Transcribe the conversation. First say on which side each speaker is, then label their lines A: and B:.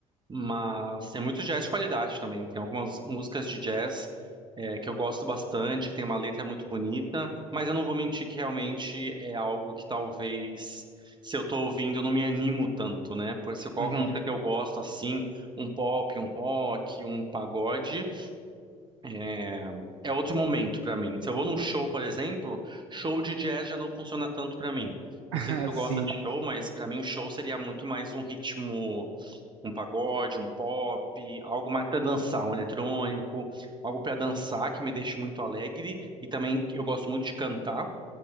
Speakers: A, on the right (about 25°); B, on the right (about 65°).
A: Mas tem muito jazz de qualidade também. Tem algumas músicas de jazz é, que eu gosto bastante, que tem uma letra muito bonita, mas eu não vou mentir que realmente é algo que talvez, se eu tô ouvindo, eu não me animo tanto, né? Por isso, qual
B: Uhum.
A: música que eu gosto, assim, um pop, um rock, um pagode, é, é outro momento pra mim. Se eu vou num show, por exemplo, show de jazz já não funciona tanto pra mim.
B: <laughs> Assim.
A: Não sei se tu gosta de show, mas pra mim show seria muito mais um ritmo um pagode, um pop, algo mais para dançar, um eletrônico, algo para dançar que me deixe muito alegre e também eu gosto muito de cantar,